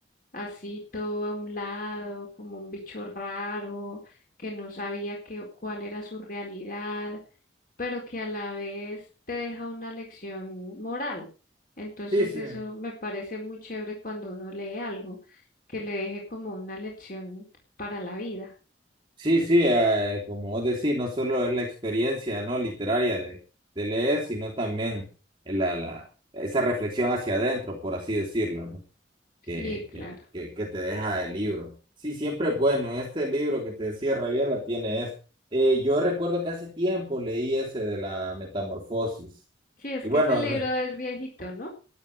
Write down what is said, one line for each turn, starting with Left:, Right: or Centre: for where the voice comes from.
Left: así todo a un lado, como un bicho raro, que no sabía qué- cuál era su realidad, pero que a la vez te deja una lección moral. Entonces
Right: Sí, sí.
Left: eso me parece muy chévere cuando uno lee algo, que le deje como una lección para la vida.
Right: Sí, sí, eh, como vos decís, no solo es la experiencia no literaria de, de leer, sino también la, la, esa reflexión hacia adentro, por así decirlo, ¿no? Que,
Left: Sí, claro.
Right: que, que, que te deja el libro. Sí, siempre es bueno. Este libro que te decía Rabiela tiene es. Eh, yo recuerdo que hace tiempo leí ese de la metamorfosis.
Left: Sí, es
Right: Y
Left: que
Right: bueno,
Left: ese libro
Right: eh,
Left: es viejito, ¿no?